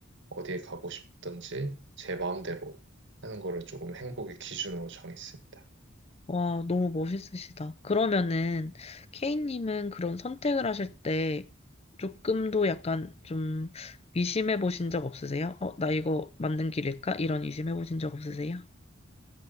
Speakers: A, on the right; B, on the left.
A: 어디에 가고 싶든지 제 마음대로 하는 거를 조금 행복의 기준으로 정했습니다.
B: 와, 너무 멋있으시다. 그러면은, 케이님은 그런 선택을 하실 때 조금도 약간 좀 의심해 보신 적 없으세요? 어, 나 이거 맞는 길일까? 이런 의심해 보신 적 없으세요?